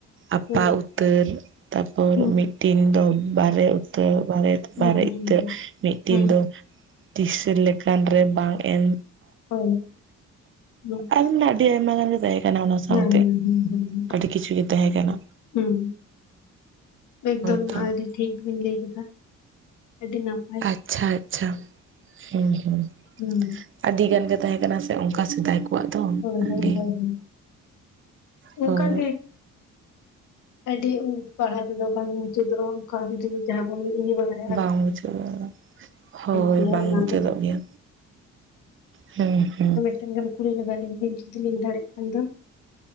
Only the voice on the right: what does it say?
ᱟᱯᱟ
ᱩᱛᱟᱹᱨ ᱛᱟᱯᱚᱨ
ᱢᱤᱫᱴᱤᱱ ᱫᱚ ᱵᱟᱨᱮ ᱩᱛᱟᱹᱨ ᱵᱟᱨᱮᱼᱼ
ᱵᱟᱨᱮ
ᱤᱛᱟᱹᱛ
ᱢᱤᱫᱴᱤᱱ
ᱫᱚ ᱛᱤᱥᱟᱹ ᱞᱮᱠᱟᱱ ᱨᱮ ᱵᱟᱝ ᱮᱢᱼᱼ
ᱟᱨ ᱟᱹᱰᱤ ᱟᱭᱢᱟ ᱜᱟᱱ ᱜᱮ ᱛᱟᱦᱮᱸ ᱠᱟᱱᱟ ᱚᱱᱟ ᱥᱟᱶᱛᱮ
ᱟᱹᱰᱤ ᱠᱤᱪᱷᱩ ᱜᱮ ᱛᱟᱦᱮᱸ ᱠᱟᱱᱟ᱾
ᱦᱛ <unintelligible>
ᱟᱪᱪᱷᱟ ᱟᱪᱪᱷᱟ ᱦᱩᱸ ᱦᱩᱸ᱾
ᱟᱹᱰᱤ ᱜᱟᱱ ᱜᱮ ᱛᱟᱦᱮᱸ ᱠᱟᱱᱟ ᱥᱮ ᱚᱱᱠᱟ ᱥᱮᱫᱟᱭ ᱠᱚᱼᱼ ᱩᱱᱠᱩᱣᱟᱜ ᱫᱚ
ᱟᱹᱰᱤ
ᱦᱚᱭ
ᱵᱟᱝ ᱢᱩᱪᱟᱹᱫ ᱦᱳᱭ
ᱵᱟᱝ
ᱢᱩᱪᱟᱹᱫᱚᱜ
ᱜᱮᱭᱟ᱾ ᱦᱮᱸ ᱦᱩᱮᱸ